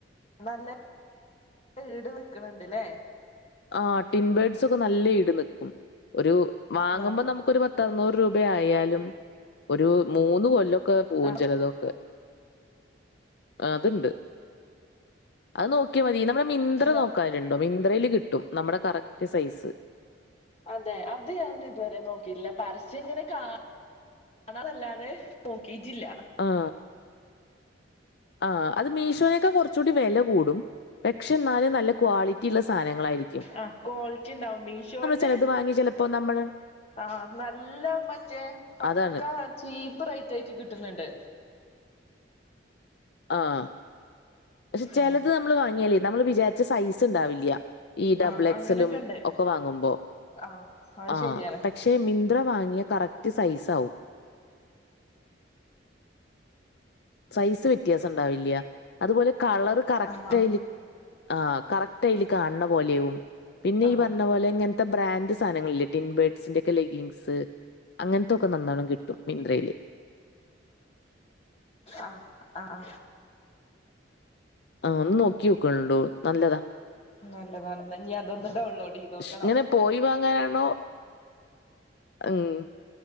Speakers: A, on the left; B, on the left.
A: നല്ല ഈടു നിക്കണണ്ടല്ലേ
B: ആ ടിൻബൽഡ്സ് ഒക്കെ നല്ല ഈട് നൽക്കും ഒരു വാങ്ങുമ്പോ
A: ആഹ്
B: നമുക്ക് ഒരു പത്ത് അറുന്നൂറ് രൂപ ആയാലും ഒരു മൂന്ന് കൊല് ലൊക്കെ പൂവ്
A: ആഹ്
B: ചിലതൊക്കെ ആഹ് അത്ണ്ട് അത് നോക്കിയാൽ മതി നമ്മുടെ മിന്ത്ര
A: ഞാ
B: നോക്കാണ്ടോ മിന്ത്രയില് കിട്ടും നമ്മുടെ കറക്റ്റ് സൈസ്
A: അതെ അത് ഞാൻ ഇതുവരെ നോക്കിയില്ല പരസ്യം എങ്ങനെ കാ കാണല്ലാതെ നോക്കീട്ടില്ല
B: ആ ആഹ് അത് മീഷോനൊക്കെ കുറച്ചുകൂടി വില കൂടും പക്ഷേ എന്നാലും നല്ല ക്വാളിറ്റി ള്ള സാനങ്ങളായിരിക്കും
A: ആഹ് കോളിറ്റിണ്ടാവും മീഷോല്
B: ചിലത് വാങ്ങി ചിലപ്പോ നമ്മൾ
A: ആഹ് നല്ല മറ്റേ പക്കാ
B: അതാണ്.
A: ചീപ്പ് റേറ്റ് ആയിട്ട് കിട്ടുന്നുണ്ട്
B: ആഹ് പക്ഷേ ചിലത്
A: ആഹ്
B: നമ്മള് വാങ്ങിയാലേ നമ്മൾ വിചാരിച്ച സൈസ് ഉണ്ടാവില്ല ഈ ഡബിൾ
A: ആഹ്
B: എക്സലും
A: അങ്ങനൊക്കെ ഉണ്ട്
B: ഒക്കെ വാങ്ങുമ്പോ
A: ആഹ് അത്
B: ആഹ്
A: ശരിയാണ്
B: പക്ഷേ വാങ്ങിയ കറക്റ്റ് സൈസ് ആവും സൈസ് വ്യത്യാസം ണ്ടാവില്ല അതുപോലെ കളറ് കറക്റ്റ്
A: ആഹ്
B: ആയില് ആഹ് കറക്റ്റ് അതിൽ കാണ്‌ണ പോലെവും പിന്നെ
A: ആഹ്
B: ഈ പറഞ്ഞ പോലെ എങ്ങനെ ഇതാ ബ്രാഡ് സാധനങ്ങളില്ലേ ടിൻബേഡ്സിന്റെയൊക്കെ ലെഗീങ്സ് അങ്ങനത്തൊക്കെ നന്നോണം കിട്ടും മിന്ത്രയില്
A: ആഹ് ആഹ് ആഹ്
B: ആഹ് ഒന്ന് നോക്കി നോക്കിക്കൊണ്ടു നല്ലതാ
A: നല്ലതാണ് ന്നാ ഇനി അതൊന്ന് ഡൗൺലോഡ് ചെയ്തോക്കണം
B: ഇങ്ങനെ പോയി വാങ്ങാനാണോ ങ്ങും